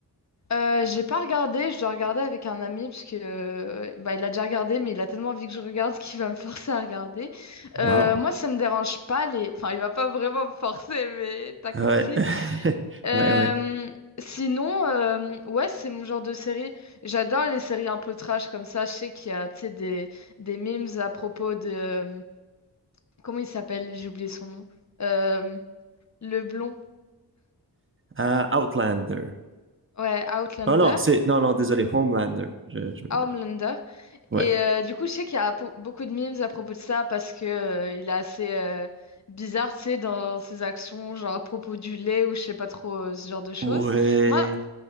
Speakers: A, on the left (about 45°); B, on the right (about 30°).
A: Euh, j'ai pas regardé, je dois regarder avec un ami, parce que euh, bah, il a déjà regardé, mais il a tellement envie que je regarde <laughs> qu'il va me forcer à regarder.
B: Wow.
A: Euh, moi, ça me dérange pas les... Enfin, il va pas vraiment me forcer, mais t'as compris?
B: Ouais. <laughs>
A: Euh,
B: Ouais, ouais.
A: sinon, euh, ouais, c'est mon genre de série. J'adore les séries un peu trash comme ça. Je sais qu'il y a, tu sais, des, des memes à propos de... euh, Comment il s'appelle? J'ai oublié son nom. Euh, le blond.
B: Euh, Outlander.
A: Ouais, Outlander.
B: Oh non, c'est, non, non, désolé, Homelander. Je, je, ouais.
A: Homelander.
B: Ouais.
A: Et euh, du coup, je sais qu'il y a po- beaucoup de memes à propos de ça parce que euh, il est assez euh, bizarre, tu sais, dans ses actions, genre à propos du lait ou je sais pas trop euh, ce genre de choses.
B: Ouais.
A: Moi,